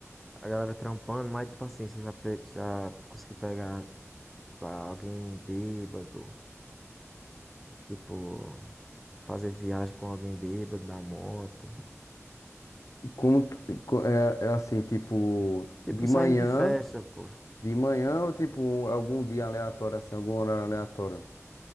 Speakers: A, in the centre; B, on the left.
A: a galera trampando, mas tipo assim, você já, pe... já conseguiu pegar, tipo, alguém bêbado, Tipo, fazer viagem com alguém bêbado na moto.
B: Como tu- co- é, é assim, tipo,
A: Tipo,
B: de manhã,
A: saindo de festa, pô.
B: de manhã ou tipo um, algum dia aleatório, assim, algum horário aleatório.